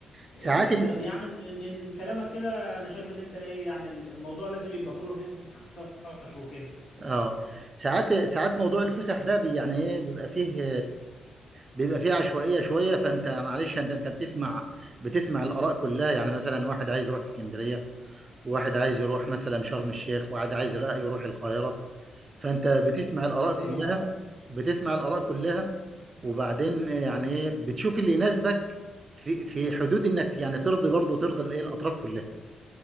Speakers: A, on the left; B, on the right.
A: إيه
B: ساعات
A: انت
B: ال...
A: يعني من من كلامك كده انا شايف ان انت ايه يعني الموضوع لازم يبقى كله فيه نقاش وكده
B: اه ساعات ساعات موضوع الفسح ده بي- يعني ايه بيبقى فيه بيبقى فيه عشوائية شوية فانت معلش انت انت بتسمع بتسمع الآراء كلها يعني مثلا واحد عايز يروح اسكندرية وواحد عايز يروح مثلا شرم الشيخ وواحد عايز رأي يروح القاهرة فانت بتسمع الآراء
A: ايوه
B: كلها
A: طبعا
B: بتسمع الآراء كلها وبعدين آه، يعني ايه بتشوف اللي يناسبك في في حدود انك يعني ترضي برضه ترضي الايه الاطراف كلها